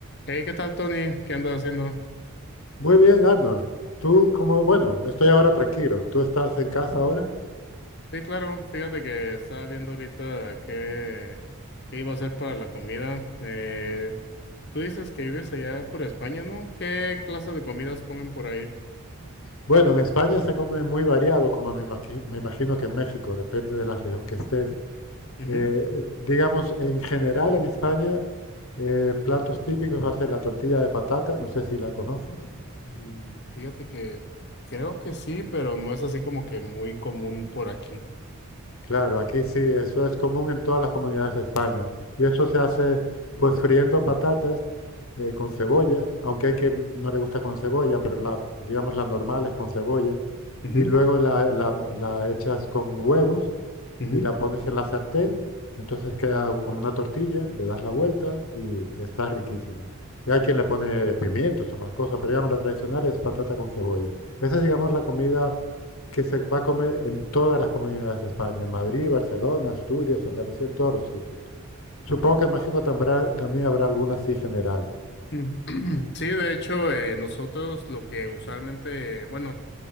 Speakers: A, on the left; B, on the left.
A: Hey, ¿qué tal, Tony? ¿Qué andas haciendo?
B: Muy bien, Arnold. Tú como, bueno, estoy ahora tranquilo. ¿Tú estás en casa ahora?
A: Sí, claro, fíjate que estaba viendo ahorita qué, qué iba a hacer para la comida. Eh, tú dices que vives allá por España, ¿no? ¿Qué clase de comidas comen por ahí?
B: Bueno, en España se come muy variado, como me imagi- me imagino que en México, depende de la región que estés.
A: Ujú.
B: Eh, digamos, en general en España, eh, platos típicos va a ser la tortilla de patata, no sé si la conoces.
A: Mm, fíjate que creo que sí, pero no es así como que muy común por aquí.
B: Claro, aquí sí, eso es común en todas las comunidades de España. Y eso se hace pues friendo patatas eh, con cebolla, aunque hay quien no le gusta con cebolla, pero la, digamos la normal es con cebolla.
A: Ujú,
B: y luego la, la- la echas con huevos
A: ujú.
B: y la pones en la sartén, entonces queda como una tortilla, le das la vuelta y está riquísima. Y hay quien le pone pimientos o más cosas, pero digamos la tradicional es patata con cebolla. Esa es, digamos, la comida que se va a comer en todas las comunidades de España, en Madrid, Barcelona, Asturias, Andalucía, en todos los sitios. Supongo que en México tambrá- también habrá alguna así general.
A: Ujú. <clears throat> Sí, de hecho, eh, nosotros lo que usualmente, bueno,